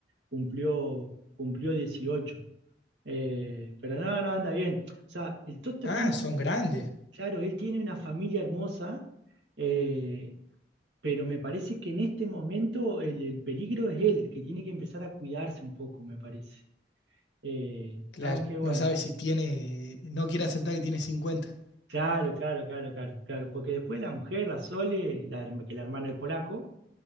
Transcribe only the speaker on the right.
cumplió, cumplió dieciocho Eh, pero no, no, anda bien. O sea, el Tota
tiene
Claro, él tiene una familia hermosa, eh, pero me parece que en este momento el, el peligro es él, que tiene que empezar a cuidarse un poco, me parece. Eh,
aunque bueno,
claro, claro, claro, claro, claro, porque después la mujer, la Sole, la, herma- que la hermana del polaco,